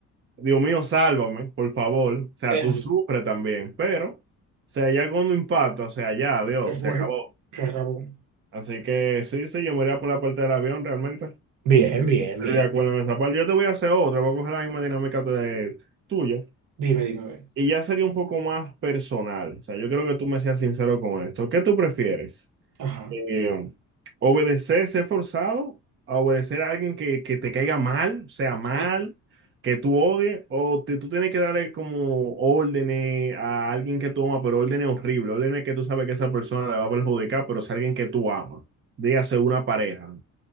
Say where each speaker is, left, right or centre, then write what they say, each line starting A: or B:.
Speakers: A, on the right (about 40°); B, on the right (about 75°).
A: Dios mío, sálvame, por favor, o sea,
B: Es
A: tú
B: así.
A: sufres también, pero, o sea, ya cuando impacta, o sea, ya, Dios,
B: Se fue,
A: se acabó.
B: se acabó.
A: Así que sí, sí, yo me iría por la parte del avión, realmente.
B: Bien, bien,
A: Estoy
B: bien.
A: de acuerdo en esa parte. Yo te voy a hacer otra, voy a coger la misma dinámica de, tuya.
B: Dime, dime, a ver.
A: Y ya sería un poco más personal. O sea, yo creo que tú me seas sincero con esto. ¿Qué tú prefieres?
B: Ajá,
A: Eh, ¿obedecer, ser forzado? ¿A obedecer a alguien que, que te caiga mal, sea
B: ok.
A: mal, que tú odies? ¿O te- tú tienes que darle como órdenes a alguien que tú amas, pero órdenes horribles, órdenes que tú sabes que esa persona le va a perjudicar, pero es alguien que tú amas? Dígase una pareja.